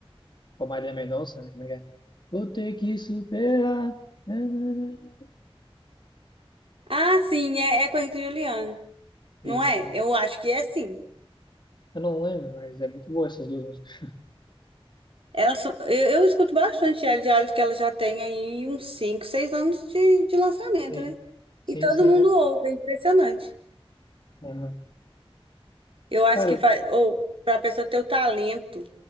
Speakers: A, on the left (about 50°); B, on the right (about 65°).
A: com a Marília Mendonça, né? Como é que é? Vou ter que superar. na, na, na, na.
B: Ah, sim, é, é com Henrique e Juliano.
A: Isso,
B: Não é?
A: nossa.
B: Eu acho que é sim.
A: Eu não lembro, mas é muito boa essas duas músicas.
B: Elas são- eu, eu escuto bastante ela, já olho que ela já tem aí uns 5, 6 anos de, de lançamento,
A: Sim,
B: né?
A: sim,
B: E todo
A: sim.
B: mundo
A: É.
B: ouve, é impressionante.
A: Aham.
B: Eu acho
A: Cara,
B: que faz, ou para a pessoa ter o talento